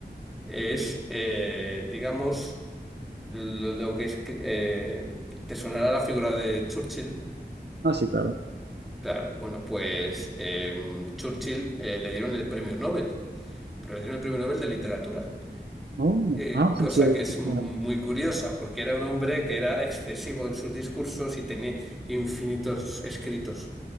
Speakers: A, in the centre; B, on the right.
A: es, eh, digamos, lo, lo que es, eh, te sonará la figura de Churchill
B: Ah, sí, claro.
A: Claro, bueno, pues eh, Churchill eh, le dieron el premio Nobel, pero le dieron el premio Nobel de literatura,
B: Oh, no.
A: eh,
B: ah, sí,
A: cosa
B: sí,
A: que es
B: sí,
A: muy
B: claro.
A: curiosa porque era un hombre que era excesivo en sus discursos y tenía infinitos escritos.